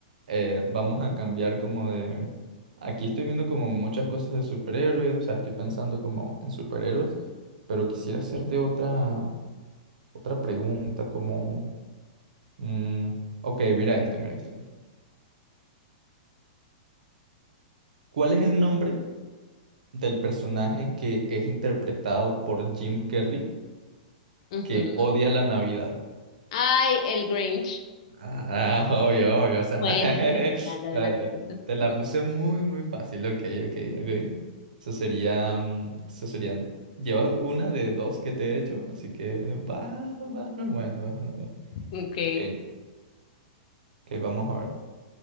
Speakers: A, on the right; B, on the left.
A: Eh, vamos a cambiar como de... Aquí estoy viendo como muchas cosas de superhéroes, o sea, estoy pensando como en superhéroes, pero quisiera hacerte otra, otra pregunta, como... mm, ok, mira esto, mira esto. ¿Cuál es el nombre? del personaje que es interpretado por Jim Carrey
B: <laughs> Ujú.
A: que odia la Navidad.
B: Ay, el Grinch.
A: Ah, obvio, obvio, o sea,
B: Bueno,
A: <laughs> eh,
B: bueno, ya la adelanté. <laughs>
A: te la puse muy, muy fácil, ok, ok, ok. Eso sería, mm, eso serían, llevas una de dos que te he hecho, así que va va normal, vas normal.
B: Ok.
A: Ok, ok, vamos a ver.